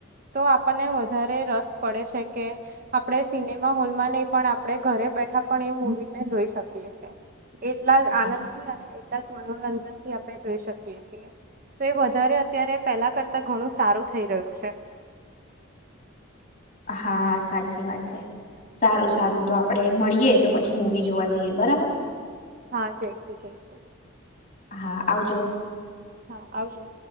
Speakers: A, on the right (about 40°); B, on the left (about 35°).
A: તો આપણને વધ વધારે રસ પડે છે કે, આપણે સિનેમા હોલમાં નહીં પણ આપણે ઘરે બેઠા પણ એ મૂવી ને જોઈ શકીએ સીએ, એટલા જ આનંદથી
B: આ
A: અને એટલા જ મનોરંજનથી આપણે જોઈ શકીએ છીએ. તો એ વધારે અત્યારે પહેલા કરતાં ઘણું સારું થઈ રહ્યું છે.
B: <inaudible> હા સાચી વાત છે. સારું સારું તો આપડે મળીએ તો પછી મુવી જોવા જઈએ બરાબર.
A: હા જઈશું જઈશું.
B: હા આવજો
A: હા, આવજો.